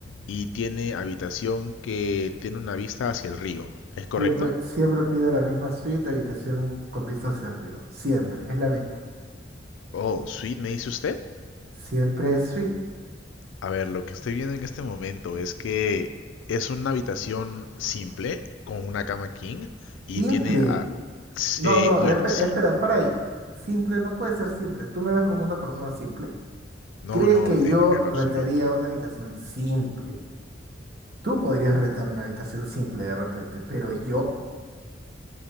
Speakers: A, on the left; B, on the right.
A: y tiene habitación que tiene una vista hacia el río. ¿Es correcto?
B: Siempre, siempre pido la misma suite, habitación con vista hacia el río. Siempre, es la misma.
A: Oh, suite, me dice usted.
B: Siempre es suite.
A: A ver, lo que estoy viendo en este momento es que es una habitación simple con una cama king y
B: Simple.
A: tiene... a- s-
B: No,
A: eh,
B: no,
A: bueno,
B: espe-
A: sí.
B: espera, para ahí. Simple no puede ser simple. ¿Tú me ves como una persona simple?
A: No,
B: ¿Crees
A: no,
B: que
A: en,
B: yo
A: en
B: rentaría
A: absoluto, no.
B: una habitación simple? Tú podrías rentar una habitación simple de repente, pero yo.